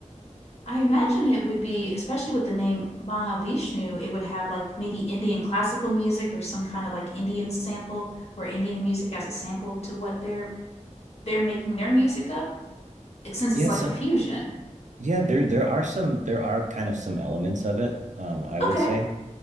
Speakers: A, on the left; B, on the right.
A: I imagine it would be, especially with the name Mahavishnu, it would have like maybe Indian classical music or some kind of like Indian sample or Indian music as a sample to what they're they're making their music of? Like, Since
B: Yes. yeah
A: it's like a fusion.
B: so Yeah, there there are some there are kind of some elements of it, um, I would
A: Okay.
B: say.